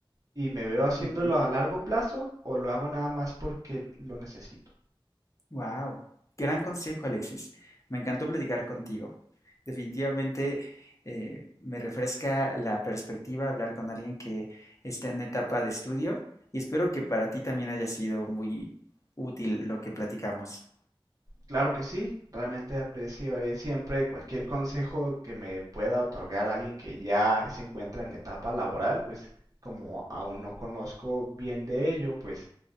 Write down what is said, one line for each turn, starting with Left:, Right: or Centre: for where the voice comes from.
Right: y me veo haciéndolo
Left: ujú.
Right: a largo plazo o lo hago nada más porque lo necesito.
Left: Wow, gran consejo, Alexis. Me encantó platicar contigo. Definitivamente eh, me refresca la perspectiva hablar con alguien que está en etapa de estudio y espero que para ti también haya sido muy útil lo que platicamos.
Right: Claro que sí, realmente apreciaré siempre cualquier consejo que me pueda otorgar alguien que ya se encuentra en etapa laboral, pues como aún no conozco bien de ello, pues